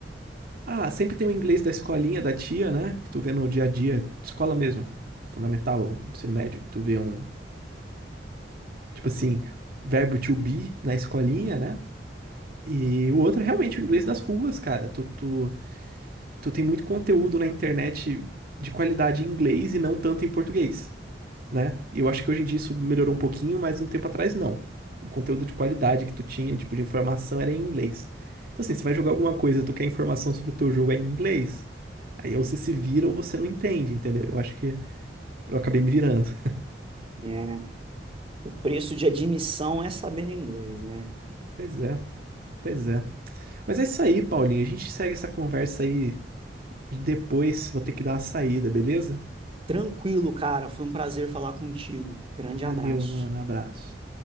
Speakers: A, on the right (about 55°); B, on the right (about 30°).
A: Ah, sempre tem o inglês da escolinha da tia, né? Que tu vê no dia a dia, escola mesmo, fundamental, ensino médio. Tu vê um, tipo assim, verbo to be na escolinha, né? E o outro é realmente o inglês das ruas, cara. Tu, tu, tu tem muito conteúdo na internet de qualidade em inglês e não tanto em português, né? E eu acho que hoje em dia isso melhorou um pouquinho, mas um tempo atrás não. O conteúdo de qualidade que tu tinha, tipo, de informação era em inglês. Então, assim, você vai jogar alguma coisa, tu quer informação sobre o teu jogo é em inglês. Aí ou você se vira ou você não entende, entendeu? Eu acho que eu acabei me virando.
B: É, o preço de admissão é saber inglês, né?
A: Pois é, pois é. Mas é isso aí, Paulinho. A gente segue essa conversa aí depois. Vou ter que dar uma saída, beleza?
B: Tranquilo, cara. Foi um prazer falar contigo. Grande
A: Valeu,
B: abraço.
A: mano. Abraço.